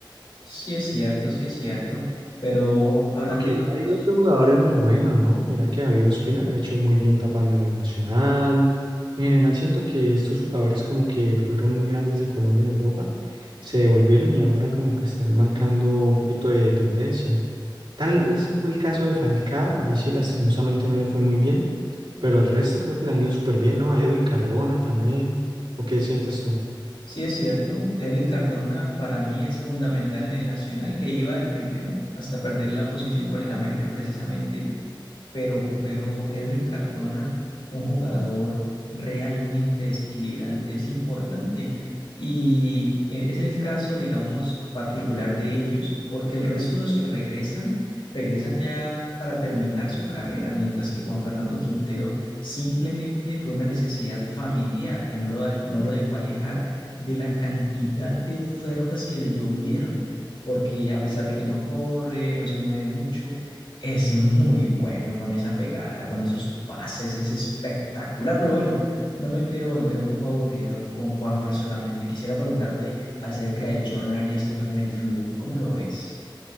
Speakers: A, on the left; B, on the right.
A: Sí es cierto, sí es cierto, pero hablando,
B: Aunque
A: digamos,
B: igual hay otros jugadores muy buenos, ¿no? Mira que David Ospina la ha hecho muy bien tapando en el Nacional. En general siento que estos jugadores como que fueron muy grandes de Colombia en Europa, se devolvieron y ahora como que están marcando un poquito de tendencia. Tal
A: pero
B: vez no fue el caso de Falcao, ahí sí lastimosamente no le fue muy bien, pero el resto creo que le han ido súper bien, ¿no? A Edwin Cardona también. ¿O qué sientes tú?
A: sí es cierto, Edwin Cardona para mí es fundamental en el Nacional, que iba de primero hasta perder la posición con el América precisamente. pero, pero Edwin Cardona, un jugador realmente desequilibrante, es importante. Y e- ese es el caso, digamos, particular de ellos, porque el resto de los que regresan, regresan ya para terminar su carrera, mientras que Juan Fernando Quintero simplemente fue una necesidad familiar que no lo, da- no lo dejó alejar de la cantidad de ofertas que le llovieron, porque a pesar de que no corre, no se mueve mucho, es muy bueno con esa pegada, con esos pases, es espectacular. Pero bueno, no me quiero volver un poco aburridor con Juanfer solamente. Quisiera preguntarte acerca de John Arias que juega en el Flu. ¿Cómo lo ves?